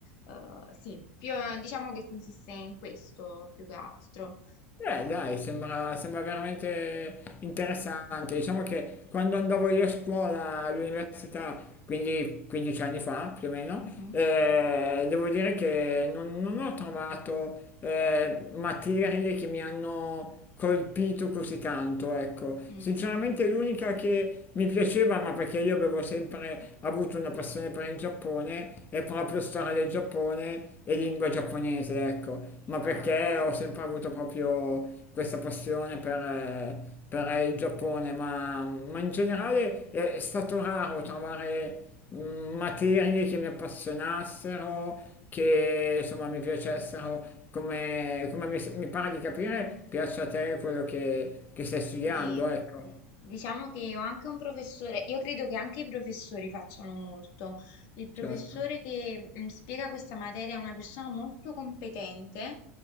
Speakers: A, on the left (about 60°); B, on the left (about 30°).
A: eh, sì, più, diciamo che consiste in questo più che altro.
B: Eh, dai, sembra, sembra veramente interessante. Diciamo che quando andavo io a scuola all'università, quindi 15 anni fa più o meno,
A: Mhm.
B: eh, devo dire che non, non ho trovato eh, materie che mi hanno colpito così tanto, ecco.
A: Mm.
B: Sinceramente l'unica che mi piaceva, ma perché io avevo sempre avuto una passione per il Giappone, è proprio storia del Giappone e lingua giapponese, ecco. Ma
A: Ah.
B: perché ho sempre avuto proprio questa passione per, eh, per il Giappone, ma, ma in generale è stato raro trovare materie che mi appassionassero, che insomma mi piacessero, come, come mi, mi pare di capire, piace a te quello che, che stai studiando,
A: Sì,
B: ecco,
A: diciamo che ho anche un professore, io credo che anche i professori facciano molto. Il professore
B: certo,
A: che mm, spiega questa materia è una persona molto competente